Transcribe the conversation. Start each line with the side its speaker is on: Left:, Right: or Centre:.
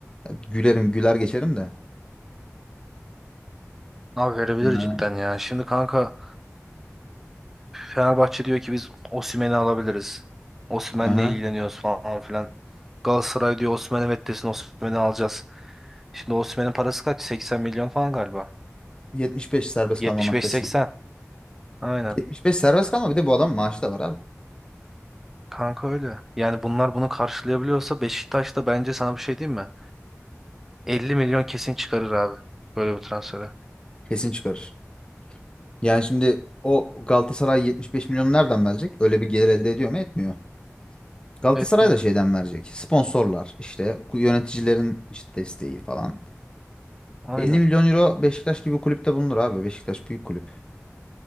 Left: gülerim, güler geçerim de.
Centre: Abi verebilir
Left: Yani.
Centre: cidden ya. Şimdi kanka Fenerbahçe diyor ki biz Osimhen'i alabiliriz. Osimhen'le
Left: Aha.
Centre: ilgileniyoruz falan filan. Galatasaray diyor Osimhen evet desin Osimhen'i alacağız. Şimdi Osimhen'in parası kaç? 80 milyon falan galiba.
Left: 75 serbest
Centre: 75-80.
Left: kalma maddesi.
Centre: Aynen.
Left: 75 serbest kalma bir de bu adam maaşı da var abi.
Centre: Kanka öyle. Yani bunlar bunu karşılayabiliyorsa Beşiktaş da bence sana bir şey diyeyim mi? 50 milyon kesin çıkarır abi. Böyle bir transfere.
Left: Kesin çıkarır. Yani şimdi o Galatasaray 75 milyon nereden verecek? Öyle bir gelir elde ediyor mu? Etmiyor. Galatasaray
Centre: Etmiyor.
Left: da şeyden verecek. Sponsorlar işte yöneticilerin işte desteği falan.
Centre: Aynen.
Left: 50 milyon euro Beşiktaş gibi kulüpte bulunur abi. Beşiktaş büyük kulüp.